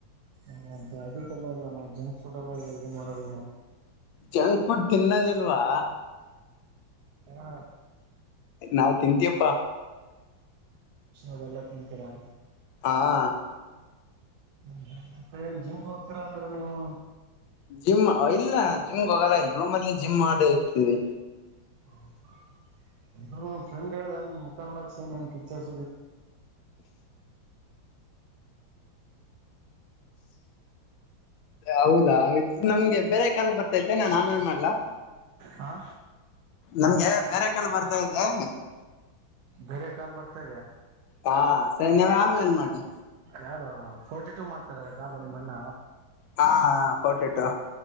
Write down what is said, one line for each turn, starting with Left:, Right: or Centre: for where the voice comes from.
Right: ಹ ಅ ಅದಲ್ಲ ಇಲ್ಲ ನಾವು ಜಂಕ್ ಫುಡ್ ಎಲ್ಲ ಇದು ಮಾಡ ನಾವು
Left: ಜಂಕ್ ಫುಡ್ ತಿನ್ನದಿಲ್ವಾ
Right: ಹಾ
Left: ನಾವ್ ತಿಂತೀಪ್ಪಾ
Right: ಅವೆಲ್ಲ ತಿಂತೀರಾ
Left: ಹಾ
Right: ಹೂ ಮತ್ತೆನ್ ಜಿಮ್ಗೆ ಹೋಗ್ತೀರಾ ಅಂದ್ರಿ ನೀವು
Left: ಜಿಮ್ ಇಲ್ಲ ಜಿಮ್ಗೆ ಹೋಗಲ್ಲ ಇಲ್ಲ ರೂಮ್ ಅಲ್ಲಿ ಜಿಮ್ ಮಾಡಿ ಇರ್ತವಿ
Right: ಹೌದ ಫ್ರೆಂಡ್ ಹೇಳ್ದ ನಿ ಮುಖಾ ನೋಡಕ್ ಪಿರ್ಸ್
Left: ಹೌದಾ ನಮ್ಗೆ ಬೇರೆ ಕಾಾಲ ಬರ್ತೈತೆ ನನ್ ಆಮೇನ್ ಮಾಡ್ಲಾ
Right: ಹಾ
Left: ನಮ್ಗೆ ಬೇರೆ ಕಾಲ ಬರ್ತಾ ಇದೆ
Right: ಬೇರೆ ಕಾಲ್ ಬರ್ತಾ
Left: ಹಾ ಸರಿ
Right: ಇದ್ಯಾ
Left: ನೀವ್ ಆಮೇಲ್ ಮಾಡಿ
Right: ಯಾರು ಫೋರ್ಟಿ ಟೂ ಮಾಡ್ತಾಾರೆ ಕಾಲು ನಿಮ್ಮಣ್ಣ
Left: ಹಾ ಪಟ್ಟಿಟ್ಟು